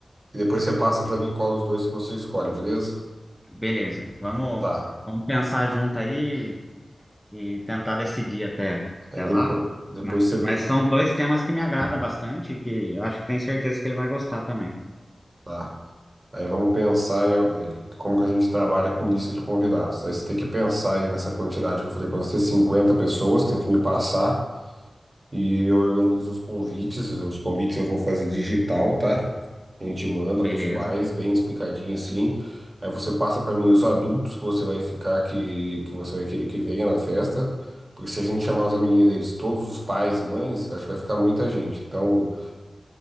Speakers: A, on the right; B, in the centre.
A: e depois você passa para mim qual dos dois que você escolhe, beleza?
B: Beleza, vamos,
A: Tá.
B: vamos pensar junto aí e tentar decidir até,
A: Aí
B: até
A: depois,
B: lá.
A: depois
B: Ma-
A: você.
B: Mas são dois temas que me agrada bastante, e que eu acho que tenho certeza que ele vai gostar também.
A: Tá. Aí vamos pensar em em como que a gente trabalha com lista de convidados. Aí você tem que pensar aí nessa quantidade que eu falei para você: Cinquenta pessoas, tem que me passar, e eu organizo os convites. Os convites eu vou fazer digital, tá? A gente manda
B: Beleza,
A: para os pais, bem explicadinho assim. Aí você passa para mim os adultos que você vai ficar, que, que você vai querer que venha na festa. Porque se a gente chamar os amiguinhos deles, todos os pais e mães, acho que vai ficar muita gente. Então,